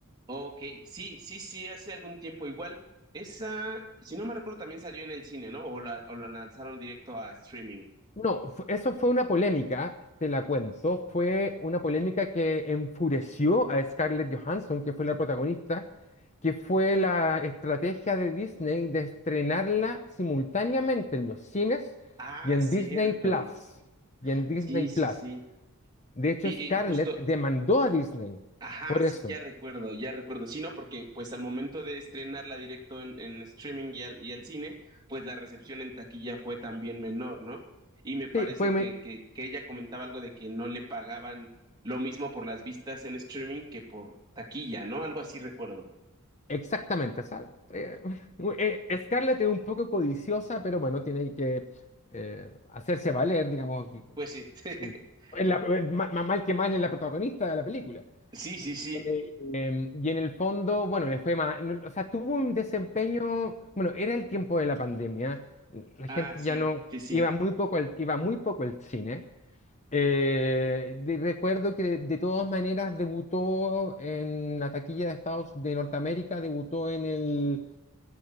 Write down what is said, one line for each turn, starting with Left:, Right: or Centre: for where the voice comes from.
Right: Ok, sí, sí, sí, hace algún tiempo igual. Esa, si no me recuerdo, también salió en el cine, ¿no? O la, o la lanzaron directo a streaming.
Left: No, fu- eso fue una polémica, te la cuento. Fue una polémica que enfureció a Scarlett Johansson, que fue la protagonista, que fue la estrategia de Disney de estrenarla simultáneamente en los cines
Right: Ah,
Left: y en
Right: cierto.
Left: Disney Plus. Y en Disney
Right: Sí, sí,
Left: Plus.
Right: sí.
Left: De hecho,
Right: Y,
Left: Scarlett
Right: y justo.
Left: demandó a Disney
Right: Ajá,
Left: por
Right: sí,
Left: eso.
Right: ya recuerdo, ya recuerdo. Sí, no, porque pues al momento de estrenarla directo en, en streaming y al, y al cine, pues la recepción en taquilla fue también menor, ¿no? Y me parece
Left: Sí, fue me-
Right: que, que, que ella comentaba algo de que no le pagaban lo mismo por las vistas en streaming que por taquilla, ¿no? Algo así recuerdo.
Left: Exactamente, o sea, eh, eh, Scarlett es un poco codiciosa, pero bueno, tiene que eh, hacerse valer, digamos,
Right: Pues sí, <laughs>
Left: su, es la- eh, ma- ma- mal que mal es la protagonista de la película.
Right: sí, sí, sí.
Left: Eh, eh, y en el fondo, bueno, le fue más, no, o sea, tuvo un desempeño, bueno, era el tiempo de la pandemia, la
Right: Ah,
Left: gente
Right: sí,
Left: ya no,
Right: sí, sí.
Left: iba muy poco al, iba muy poco al cine, eh, de- recuerdo que de, de todas maneras debutó en la taquilla de Estados de Norteamérica, debutó en el,